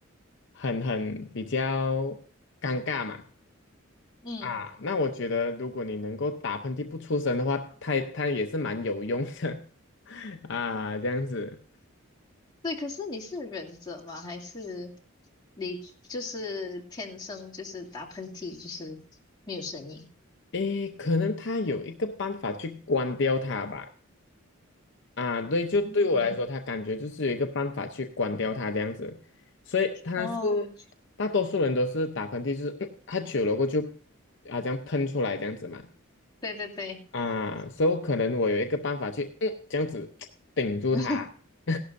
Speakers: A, on the left (about 55°); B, on the left (about 20°).
A: 很很比较尴尬嘛。
B: 嗯，
A: 啊，那我觉得如果你能够打喷嚏不出声的话，它它也是蛮有用的 <laughs> 啊，这样子。
B: 对，可是你是忍者吗？还是你就是天生就是打喷嚏就是没有声音？
A: 诶，可能它有一个办法去关掉它吧。啊，对，就对我来说，
B: 嗯嗯
A: 他感觉就是有一个办法去关掉它这样子，所以他是大多数人都是打喷嚏，
B: 哦，
A: 就是嗯，他久了过后就啊这喷出来这样子嘛，
B: 对对对，
A: 啊，所以可能我有一个办法去嗯这样子 <tsk> 顶住它，
B: <laughs>
A: <laughs>